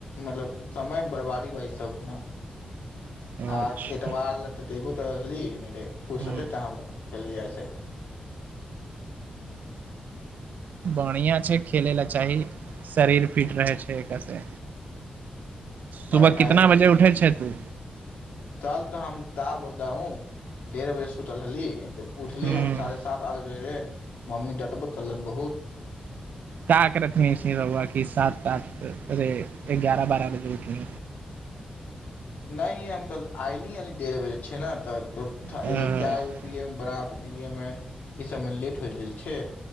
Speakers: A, on the left; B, on the right.
A: मतलब समय बर्बादी बा इ सब न
B: अच्छा
A: आ एतबार बा तऽ देब कहली न फूस
B: हूँ
A: होतै तहाँ खेलै जाइ छै
B: बढ़िया छै खेले ल चाही शरीर फिट रहै छै एकर से
A: पढ़ाइ
B: सुबह कितना बजे उठे छै हू
A: कल तऽ हम का बोल रहा हूँ डेढ़ बजे सुतल रहली तऽ उठली
B: ह
A: हम साढ़े सात आठ बजे मम्मी डाद पतलत बहुत
B: ताकतमे इसने रहआ कि सात आठ अे गगारह बारह बजे उठी
A: नहि हम तऽ आइली अाली ढ़ बजे छै ने तऽ तो ई
B: अ
A: चाय उ पियए मे बना प मे ई सबमे लेट हो गेल छै